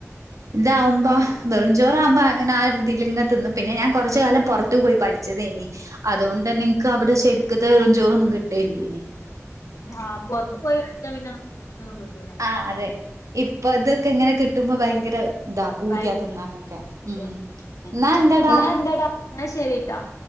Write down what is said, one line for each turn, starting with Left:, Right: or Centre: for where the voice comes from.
Right: താവുമ്പോ
Left: ആഹ്
Right: വെറു- ഞൊറവുമ്പോ അങ്ങനെ ആ ഒരുതി ലങ്ങനെ തിന്നും പിന്നെ ഞൻ കുറച്ച കാലം പൊറ - പട്ടു പോയി പഠിച്ചതേനി അതുകൊണ്ട്ന്നെ നിനിക്ക് അവിടെ ശരിക്കത്തെ എറുംചോറൊന്നും കിട്ടല്ലേനി.
Left: ആ പുറത്ത് പോയി പഠിച്ച പിന്നെ നത്തൊന്നും കിട്ടൂല.
Right: ആഹ് അതെ ഇപ്പൊ ഇതൊക്കെ ങ്ങനെ കിട്ടുമ്പോ ഭയങ്കര- ഇതാ പൂതിയ
Left: ഭയങ്കര
Right: തിന്നാലൊക്കെ
Left: ദേഷ്യം.
Right: മ് എന്നാ എന്താടാ.
Left: ആഹ് ന്നാ എന്താടാ ന്നാ ശരിട്ടോ